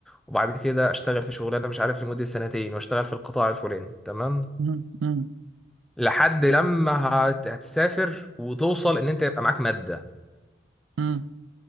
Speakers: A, in the centre; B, on the right (about 85°).
A: وبعد كده اشتغل في شغلانه مش عارف لمده سنتين واشتغل في القطاع الفلاني تمام
B: مم، مم،
A: لحد لما هت- هتسافر وتوصل ان انت يبقى معاك ماده
B: مم.